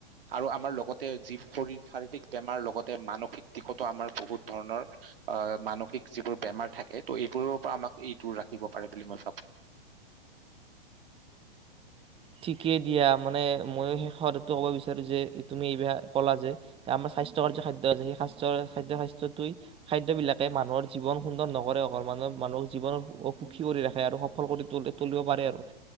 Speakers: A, on the right; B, on the right.
A: আৰু আমাৰ লগতে যি শৰীৰ শাৰীৰিক বেমাৰ লগতে মানসিক দিশতো আমাৰ বহুত ধৰণৰ আহ মানসিক যিবোৰ বেমাৰ থাকে ত' এইবোৰৰ পৰা আমাক এইটো ৰাখিব পাৰে বুলি মই ভাবো।
B: ঠিকেই দিয়া। মানে ময়ো শেষতো ক'ব বিচাৰো যে তুমি এইবাক কলা যে আমাৰ স্বাস্থ্যকাৰ যে খাদ্য আছে সেই সাস ৰ খাদ্য শাস্থ্যটোই- খাদ্য বিলাকে মানুহৰ জীৱন সুন্দৰ নকৰে অকল, মানুহৰ মানুহক জীৱন সুখী কৰি ৰাখে আৰু সফল কৰি তুলি তুলিব পাৰে আৰু,